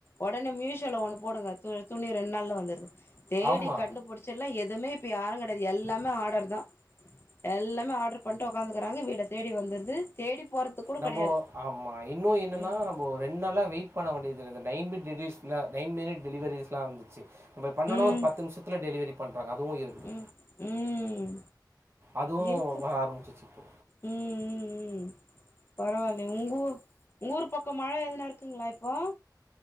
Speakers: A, on the left; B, on the right.
A: ஒடனே மீஸோல ஒண்ணு போடுங்க து துணி ரெண்டு நாள்ல வந்துருது தேடி
B: ஆமா.
A: கண்டுபிடிச்சு எல்லா எதுமே இ ப்ப யாருங் கெடையாது எல்லாமே ஆடர்தா எல்லாமே ஆர்ட்ரு பண் ட்டு ஒக்காந்துக்கிறாங்க வீட தேடி வந்திருது தேடி போறதுக்கு கூட
B: நம்போ
A: கெடையாது
B: ஆமா இன்னு என்னன்னா
A: ம்
B: நம்போ ரெண்டு நாள்லா வெயிட் பண்ண வேண்டியதில்ல நைன் மிட் டெலிஸ்ல நைன் மினிட் டெலிவரீஸ்லா வந்துட்ச்சு நம்ம பண்ணுனோ
A: ம்
B: ஒரு பத்து நிமிஷத்தில டெலிவரி பண்றாங்க அதுவு இருக்குது
A: ம் ம்
B: அதுவு
A: இருக்கு
B: வர ஆரம்பிச்சிருச்சு இப்போ
A: ம் ம் ம் பரவால்லயே உங்க ஊ உங்க ஊர் பக்கோ மழ எதுனா இருக்குங்களா இப்போ?